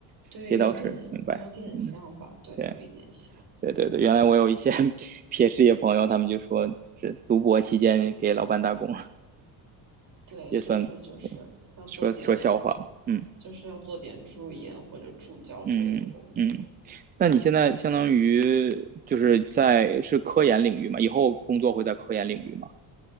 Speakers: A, on the right (about 45°); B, on the right (about 25°).
A: 对，
B: 给导师，
A: 有点有点像吧，
B: 明白，嗯，
A: 对，
B: 对，
A: 有一点像，
B: 对对对，原来我有一些 <laughs> PhD 的朋友，他们就说是读博期间给老板打工，
A: 对，
B: 也算，
A: 就是就是要做点，
B: 对，说说笑话，嗯
A: 就是要做点助研或者助教之类的工作。
B: 嗯嗯，那你现在相当于就是在是科研领域嘛，以后工作会在科研领域吗？